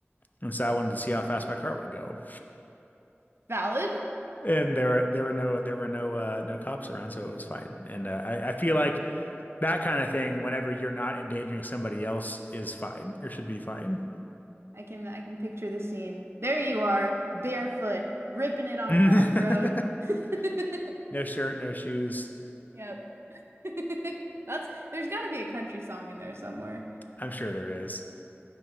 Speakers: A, on the left; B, on the right.
A: And so I wanted to see how fast my car would go.
B: Valid.
A: And there there were no there were no uh, no cops around, so it was fine. And uh, I, I feel like that kind of thing, whenever you're not endangering somebody else, is fine or should be fine.
B: I can I can picture the scene. There you are, barefoot, ripping it on
A: <laughs>
B: a black road. <laughs>
A: No shirt, no shoes.
B: Yep. <laughs> That's there's got to be a country song in there somewhere.
A: I'm sure there is.